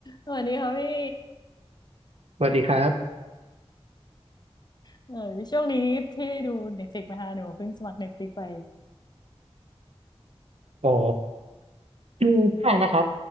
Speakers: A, on the left; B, on the right.
A: สวัสดีครับพี่
B: สวัสดีครับ
A: เออช่วงนี้พี่ได้ดูเน็ตฟลิกไหมคะหนูเพิ่งสมัครเน็ตฟลิกไป
B: อ๋อดูบ้างนะครับ